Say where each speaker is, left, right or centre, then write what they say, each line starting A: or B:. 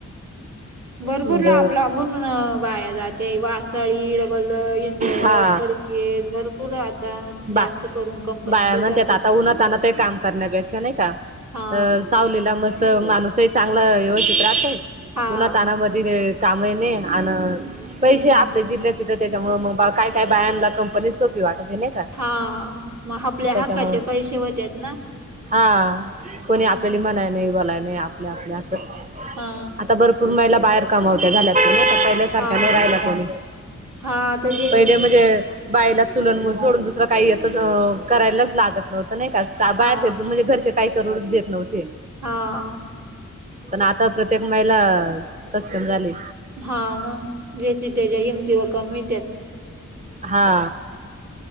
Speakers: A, on the right; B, on the right.
A: भरपूर
B: मग
A: लांब लांबून बाया जाते. वा साळी, डबल इंदोर,
B: हा
A: खडकेत भरपूर आता जास्त
B: बा
A: करून कंपनी
B: बाया
A: तर
B: म्हणत्यात
A: जातात
B: आता उन्हातान्हातही काम करण्यापेक्षा नाही का
A: हा
B: अ सावलीला मस् त माणूसही चांगला व्यवस्थित राहतंय.
A: हा
B: ऊन्हातान्हामध्ये कामही नाही आणि पैसे
A: हम्म
B: आपल्या जिल्ह्यात तिथं त्याच्यामुळे मग काय काय बायाला कंपनी सोपी वाटते नाही. का
A: हा, हा. मग आपल्या
B: त्याच्यामुळं
A: हक्काचे पैसे होतेत ना.
B: हा, कोणी आपल्याली
A: हम्म
B: म्हणाय नाही बोलाय नाही. आ पले आपले असं.
A: हा
B: आता भरपूर महिला बाहेर कमावत्या झाल्या नाही का. पहिल सारखा
A: हा
B: नाही राहिला कोणी.
A: हा ते जे
B: पहिले म्हणजे बायलाच चूल आणि मूल सोडून दुसरं काही येत करायलाच लागत नव्हतं नाही का. बाहेरचे
A: हा
B: म्हणजे घरचे काही करूनच देत नव्हते.
A: हं ह.
B: पण आता प्रत्येक महिला सक्षम झाली.
A: हा मग, ज्याच्या त्याच्या हिमतीवर काम मिळतात.
B: हा.